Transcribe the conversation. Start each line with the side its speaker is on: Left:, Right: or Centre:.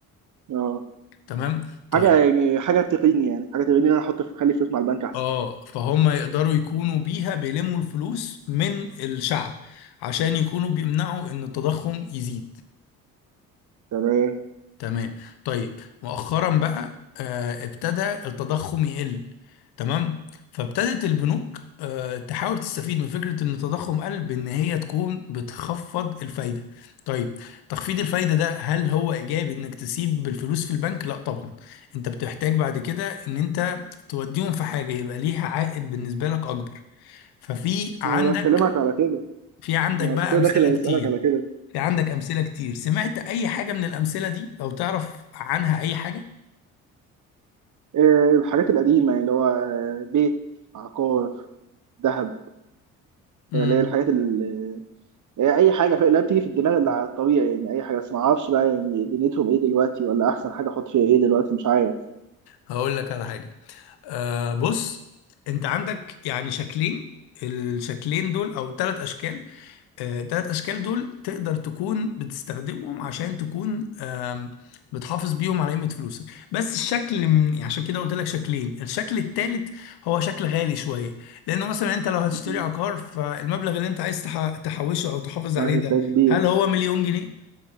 Right: اه
Left: تمام طيب
Right: حاجه يعني حاجه تقيني يعني حاجه تقيني ان انا احط اخلي فلوس مع البنك احسن
Left: اه فهم يقدروا يكونوا بيها بيلموا الفلوس من الشعب عشان يكونوا بيمنعوا ان التضخم يزيد
Right: تمام
Left: تمام طيب مؤخرا بقى آه، ابتدى التضخم يقل تمام فابتدت البنوك آه، تحاول تستفيد من فكرة ان التضخم قل بان هي تكون بتخفض الفايدة طيب تخفيض الفايدة ده هل هو ايجابي انك تسيب الفلوس في البنك لا طبعا انت بتحتاج بعد كده ان انت توديهم في حاجة يبقى ليها عائد بالنسبة لك اكبر ففي عندك
Right: انا بكلمك على كده
Left: في عندك
Right: ما
Left: بقى
Right: عشان كده
Left: امثلة
Right: داخل
Left: كتير
Right: اسالك على كده
Left: في عندك أمثلة كتير سمعت أي حاجة من الأمثلة دي أو تعرف عنها أي حاجة؟
Right: إيه الحاجات القديمه يعني، اللي هو آه، بيت عقار دهب
Left: امم
Right: يعني اللي هي الحاجات اللي هي اي حاجه في- لا بتيجي في الدماغ اللي على الطبيعي يعني اي حاجه بس ما اعرفش بقى يعني دنيتهم ايه دلوقتي ولا احسن حاجه احط فيها ايه دلوقتي مش عارف
Left: هقول لك على حاجة آه بص أنت عندك يعني شكلين الشكلين دول أو ثلاث أشكال آه ثلاث أشكال دول تقدر تكون بتستخدمهم عشان تكون آم، بتحافظ بيهم على قيمة فلوسك بس الشكل من يعني عشان كده قلت لك شكلين الشكل الثالث هو شكل غالي شوية لأنه مثلا أنت لو هتشتري
Right: مم.
Left: عقار فالمبلغ اللي أنت عايز تح- تحوشه أو تحافظ عليه
Right: واحد
Left: ده
Right: ده كبير
Left: هل هو مليون جنيه